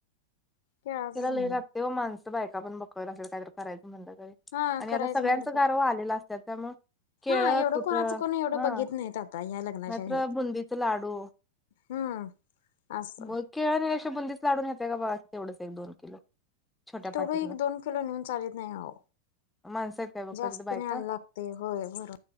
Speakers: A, on the left (about 55°); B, in the centre.
A: केळाचाच
B: तिला लय
A: नेणार
B: लागते व माणसं बायका पण बकव असेल काय तर करायं म्हणटलं तरी.
A: हा
B: आणि
A: करायचं
B: आता सगळ्यांचं
A: म्हणलं तर
B: गारव आलेलं असत त्यामु केळ
A: हा एवढं
B: कुठ
A: कोणाचं
B: हा
A: कोण एवढं बघित नाहीत आता या लग्नाच्या
B: मात्र
A: घाईत
B: बुंदीच लाडू
A: हम्म असस
B: मग केळ आणि अे बंदीच लाढून घेतय का बघा तेवंच एक दोन किलो छोट्या
A: तेवढं
B: पाटीतनं
A: एक दोन किलो नेऊन चालत नाही हो
B: माणसं आहेत काय बघ
A: जास्त
B: तिथं बायका
A: न्याला लागते होय बरो